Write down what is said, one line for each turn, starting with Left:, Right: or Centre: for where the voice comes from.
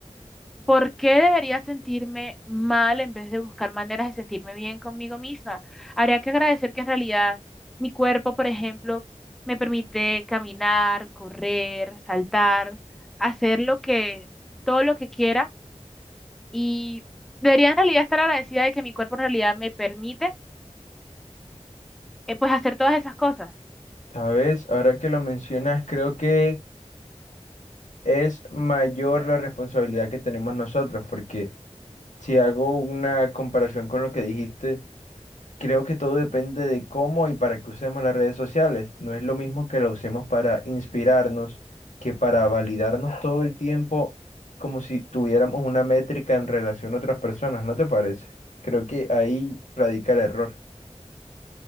Centre: ¿Por qué debería sentirme mal en vez de buscar maneras de sentirme bien conmigo misma? Habría que agradecer que en realidad mi cuerpo, por ejemplo, me permite caminar, correr, saltar, hacer lo que, todo lo que quiera y debería en realidad estar agradecida de que mi cuerpo en realidad me permite, eh, pues hacer todas esas cosas.
Left: Sabes, ahora que lo mencionas, creo que es mayor la responsabilidad que tenemos nosotros, porque si hago una comparación con lo que dijiste, Creo que todo depende de cómo y para qué usemos las redes sociales. No es lo mismo que la usemos para inspirarnos que para validarnos todo el tiempo como si tuviéramos una métrica en relación a otras personas, ¿no te parece? Creo que ahí radica el error.